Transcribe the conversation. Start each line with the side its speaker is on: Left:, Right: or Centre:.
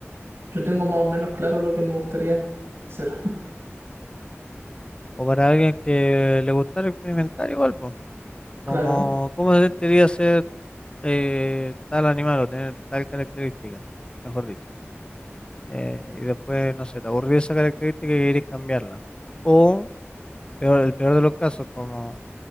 Right: yo tengo más o menos claro lo que me gustaría hacer. <laughs>
Left: O para alguien que le gustara experimentar igual, pues,
Right: Claro.
Left: como cómo se sentiría ser eh, tal animal o tener tal característica, mejor dicho. Eh, y después, no sé, te aburrió esa característica y querés cambiarla. O peor, el peor de los casos, como